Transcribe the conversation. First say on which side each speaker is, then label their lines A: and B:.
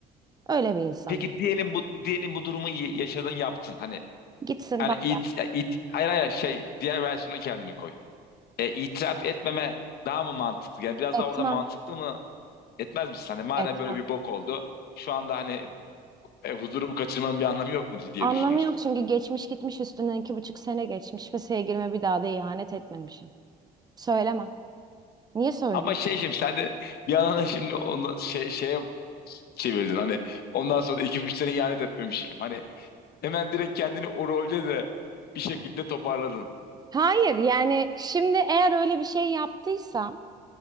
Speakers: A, on the right; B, on the left.
A: Öyle bir insanım.
B: Peki diyelim bu diyelim bu durumu y- yaşadın yaptın hani
A: Gitsin
B: hani
A: bak.
B: it it hayır hayır şey diğer versiyona kendini koy. e, itiraf etmeme daha mı mantıklı? Yani biraz
A: Etmem,
B: daha orada mantıklı mı etmez misin? Hani madem
A: etmem.
B: böyle bir bok oldu şu anda hani e, huzurumu kaçırmanın bir anlamı yok mu diye
A: Anlamı
B: düşünürsün.
A: yok çünkü geçmiş gitmiş üstünden iki buçuk sene geçmiş ve sevgilime bir daha da ihanet etmemişim. Söylemem. Niye söyleyeyim?
B: Ama şey şimdi sen de bir yandan da şimdi onu şey, şeye çevirdin. Hani ondan sonra da iki üç sene ihanet etmemişim. Hani hemen direkt kendini o rolde de bir şekilde toparladın.
A: Hayır yani şimdi eğer öyle bir şey yaptıysam